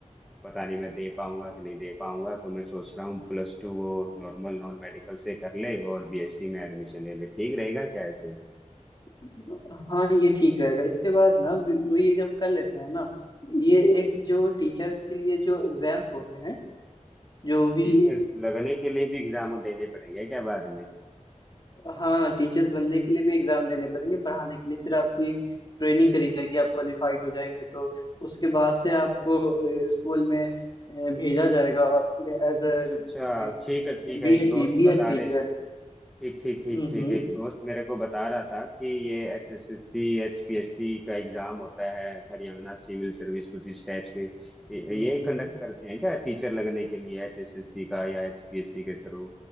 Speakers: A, in the centre; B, on the left (about 35°).
A: पता नहीं मैं दे पाऊंगा कि नहीं दे पाऊंगा तो मैं सोच रहा हूँ प्लस टू वो नॉर्मल नॉन मेडिकल से कर ले और बीएससी में एडमिशन ले ले ठीक रहेगा क्या ऐसे
B: हम्म हाँ ये ठीक रहेगा इसके बाद ना भी- वो ये जब कर लेते हैं ना ये एक जो टीचर्स के लिए जो एग्जाम्स होते हैं जो भी
A: टीचर्स लगने के लिए भी एग्जाम देने पड़ेंगे क्या बाद में
B: हाँ टीचर्स बनने के लिए भी एग्जाम देने पड़ेंगे पढ़ाने के लिए फिर आपकी ट्रेनिंग करी जाएगी आप क्वालिफाइड हो जाएंगे तो उसके बाद से आपको स्कूल में अ, भेजा जाएगा as uh
A: अच्छा अच्छा ठीक है ठीक
B: BEd
A: है एक दोस्त
B: BEd
A: बता
B: teacher
A: रहे ठीक ठीक ठीक
B: हम्म
A: ठीक
B: हम्म
A: एक दोस्त मेरे को बता रहा था कि ये H S S C H P S C का एग्जाम होता है हरियाणा सिविल सर्विस कुछ इस टाइप से ये
B: हम्म
A: ये कंडक्ट करते हैं क्या टीचर लगने के लिए एच एस एस सी का या एच पी एस सी के थ्रू